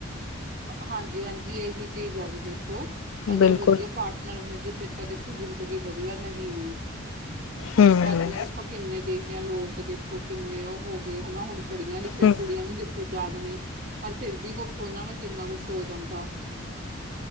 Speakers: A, on the right; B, on the left.
A: ਹਾਂਜੀ- ਹਾਂਜੀ, ਏਹੀ ਚੀਜ਼ ਆ ਵੀ ਦੇਖੋ। ਅਗਰ
B: ਬਿਲਕੁਲ
A: ਵਧੀਆ ਪਾਰਟਨਰ ਮਿਲ ਜੇ, ਫਿਰ ਤਾਂ ਦੇਖੋ ਜ਼ਿੰਦਗੀ ਵਧੀਆ, ਨਹੀਂ ਨੀ। ਹੁੰਦੇ,
B: ਹੂੰ
A: ਦੇਖੋ
B: ਹੂੰ
A: ਅੱਜ-ਕੱਲ ਅਪਾਂ ਕਿੰਨੇ ਦੇਖਦੇ ਹਾਂ, ਲੋਕ ਦੇਖੋ ਕਿੰਨੇ ਓਹ ਹੋ ਜੇ ਹੁਨਾ, ਹੁਣ ਪੜ੍ਹੀਆਂ-ਲਿਖੀਆਂ
B: ਹੂੰ
A: ਕੁੜੀਆਂ ਵੀ ਦੇਖੋ ਜਾਗ ਨੇ, ਪਰ ਫੇਰ ਬੀ ਫੋਨਾਂ ਨਾਲ ਕਿੰਨਾ ਕੁਛ ਹੋ ਜਾਂਦਾ।